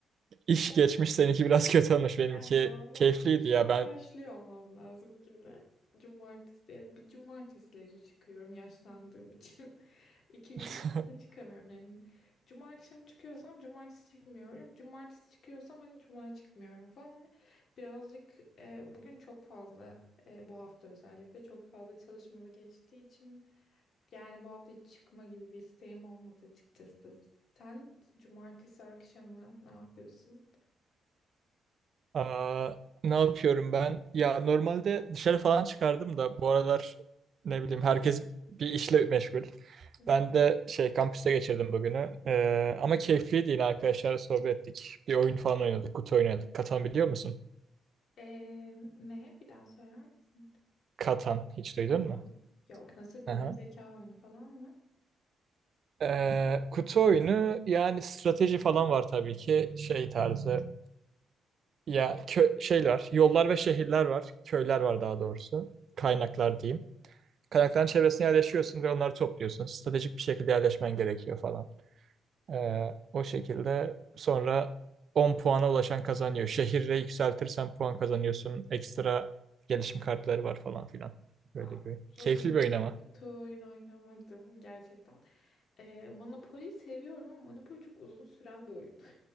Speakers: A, on the right; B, on the left.
A: İş
B: Yani
A: geçmiş seninki biraz kötü olmuş. Benimki
B: ben normalde
A: keyifliydi
B: şu
A: ya
B: an
A: ben.
B: başlıyor olmam lazım güne. Cumartesi. Bir cumartesileri çıkıyorum yaşlandığım için. <laughs> İki gün
A: <laughs>
B: üst üste çıkamıyorum. Yani cuma akşamı çıkıyorsam cumartesi çıkmıyorum. Cumartesi çıkıyorsam hani cuma çıkmıyorum falan. Hani birazcık e, bugün çok fazla e, bu hafta özellikle çok fazla çalışmalı geçtiği için yani bu hafta hiç çıkma gibi bir isteğim olmadı açıkçası. Sen cumartesi akşamı ne yapıyorsun?
A: Aa, ne yapıyorum ben? Ya normalde dışarı falan çıkardım da bu aralar ne bileyim herkes bir işle meşgul.
B: Hı hı.
A: Ben de şey kampüste geçirdim bugünü. Ee, ama keyifliydi yine arkadaşlarla sohbet ettik. Bir oyun falan oynadık. Kutu oynadık. Katan biliyor musun?
B: E, ne? Bir daha söyler misin?
A: Katan hiç duydun
B: Katan.
A: mu?
B: Yok. Nasıl bir
A: Aha.
B: oyun? Zeka oyunu falan mı?
A: Ee, kutu oyunu yani strateji falan var tabii ki şey tarzı ya kö şeyler yollar ve şehirler var köyler var daha doğrusu kaynaklar diyeyim. Kaynakların çevresine yerleşiyorsun ve onları topluyorsun. Stratejik bir şekilde yerleşmen gerekiyor falan. Ee, o şekilde sonra 10 puana ulaşan kazanıyor. Şehirle yükseltirsen puan kazanıyorsun. Ekstra gelişim kartları var falan filan. Böyle
B: Wow.
A: bir
B: Uzun
A: keyifli
B: süredir
A: bir oyun
B: hiç
A: ama.
B: kutu oyun oynamadım gerçekten. Ee, Monopoly seviyorum ama Monopoly çok uzun süren bir oyun.